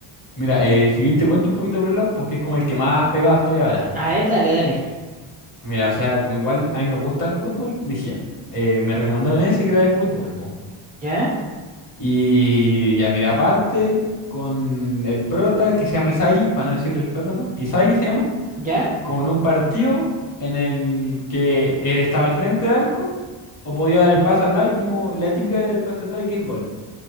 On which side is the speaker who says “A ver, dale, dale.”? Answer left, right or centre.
Right